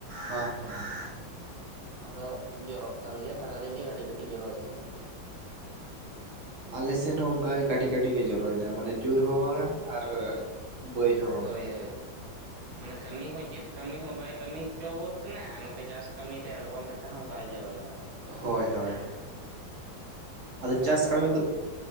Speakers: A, on the right; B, on the right.
A: ᱦᱮᱸ ᱦᱮᱸ ᱾
B: ᱟᱫᱚ ᱡᱚᱨᱚᱜ ᱠᱟᱱ ᱜᱮᱭᱟ ᱥᱟᱨᱟᱫᱤᱱ ᱜᱮ ᱠᱟᱹᱴᱤᱡ ᱠᱟᱹᱴᱤᱡ ᱡᱚᱨᱚ ᱤᱫᱤᱜ ᱠᱟᱱᱟ ᱾
A: ᱟᱞᱮ ᱥᱮᱫ ᱦᱚᱸ ᱚᱱᱠᱟ ᱜᱮ ᱠᱟᱹᱴᱤᱡ ᱠᱟᱹᱴᱤᱡ ᱜᱮ ᱡᱚᱨᱚᱭᱮᱫᱟᱭ ᱢᱟᱱᱮ ᱡᱳᱨ ᱦᱚᱸ ᱵᱟᱝᱟ ᱟᱨ ᱵᱟᱹᱭ ᱦᱚ
B: ᱦᱳᱭ ᱦᱳᱭ, ᱢᱟᱱᱮ ᱠᱟᱹᱢᱤ ᱦᱚᱸ ᱪᱮᱫ ᱠᱟᱹᱢᱤ ᱦᱚᱸ ᱵᱟᱭ ᱠᱟᱹᱢᱤ ᱦᱚᱪᱚᱣᱟᱵᱚᱱ ᱠᱟᱱᱟ ᱾ ᱱᱚᱛᱮ ᱪᱟᱥ ᱠᱟᱹᱢᱤ ᱨᱮ ᱟᱬᱜᱚᱱ ᱞᱮᱠᱟ ᱦᱚᱸ ᱵᱟᱭ ᱡᱚᱨᱚᱭᱮᱫᱟ ᱾
A: ᱦᱳᱭ ᱦᱳᱭ ᱾ ᱟᱫᱚ
B: ᱛᱟᱦᱚᱞᱮ
A: ᱪᱟᱥ
B: ᱜᱚᱝᱠᱮ
A: ᱠᱟᱹᱢᱤ
B: ᱨᱚᱦᱚᱭ
A: ᱠᱚ